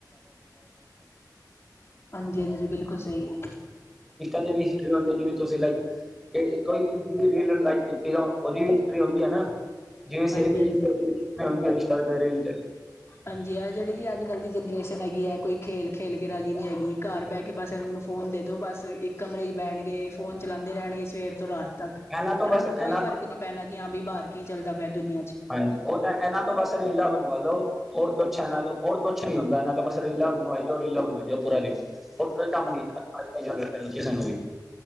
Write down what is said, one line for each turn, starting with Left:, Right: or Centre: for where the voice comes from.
Left: ਹਾਂਜੀ ਹਾਂਜੀ ਬਿਲਕੁਲ ਸਹੀ ਹੈ
Centre: ਤੇ ਵੀ ਹਿਸਟਰੀ ਹੁੰਦੀ ਜਿਵੇਂ ਤੁਸੀ ਲਾਯੀ ਤੇ ਕੋਈ ਜਿਵੇਂ ਰੀਲ ਲਾਈਕ ਕੀਤੀ ਆ ਓਦੀ ਹਿਸਟਰੀ ਔਂਦੀ ਆ ਨਾ। ਜਿਵੇਂ ਸੇਵ
Left: ਹਾਂਜੀ
Centre: <unintelligible>
Left: ਹਾਂਜੀ
Centre: ਰੀਲ ਤੇ।
Left: ਹਾਂਜੀ ਐ ਜੇੜੀ ਜੀ ਅੱਜ ਕੱਲ੍ਹ ਦੀ ਜਨਰੇਸਨ ਹੈਗੀ ਐ ਕੋਈ ਖੇਲ ਖੇਲ ਕੇ ਰਾਜੀ ਨੀ ਹੈਗੀ ਘਰ ਬੈ ਕੇ ਬਸ ਏਨਾਂ ਨੂੰ ਫੋਨ ਦੇ ਦੋ ਬਸ ਇੱਕ ਕਮਰੇ ਚ ਬੈਣਗੇ ਫੋਨ ਚਲਾਂਦੇ ਰੈਣਗੇ ਸਵੇਰ ਤੋਂ ਰਾ ਤੱਕ
Centre: ਇਹਨਾਂ ਤੋਂ
Left: ਐਨਾਂ
Centre: ਬਸ
Left: ਨੂੰ
Centre: ਇਹਨਾਂ
Left: ਕੋਈ ਫ਼ਰਕ ਨੀ ਪੈਣਾ ਕੀ ਹਾਂ ਬੀ ਬਾਰ ਕੀ ਚੱਲਦਾ ਪਿਆ ਦੁਨੀਆਂ ਚ।
Centre: ਹਾਂਜੀ ਉਹ ਤਾਂ ਇਹਨਾਂ ਬਸ ਰੀਲਾ ਬਣਵਾ ਲੋ ਹੋਰ ਕੁਛ ਇਹਨਾਂ ਤੋਂ ਹੋਰ ਕੁਛ ਨੀ ਹੁੰਦਾ ਇਹਨਾਂ ਦਾ ਬਸ ਰੀਲਾ ਬਣਵਾਈ ਜਾਓ, ਰੀਲਾ ਬਣਵਾਈ ਜਾਓ ਪੂਰਾ ਦਿਨ ਹੋਰ ਕੋਈ ਕੰਮ ਨੀ ਹੈ ਅ ਅ ਅੱਜ ਦੀ ਜਨਰੇਸ਼ਨ ਨੂੰ ਕਿਸੇ ਨੂੰ ਵੀ